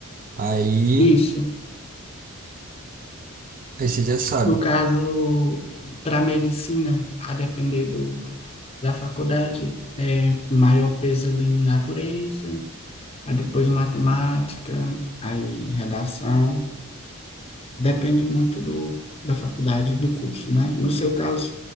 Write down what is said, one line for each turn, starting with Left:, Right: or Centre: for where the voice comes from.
Right: Aí,
Left: isso.
Right: aí você já sabe.
Left: No caso, para medicina, a depender do Da faculdade, é maior peso ali em natureza, aí depois matemática, aí redação. Depende muito do, da faculdade e do curso, né? No seu caso,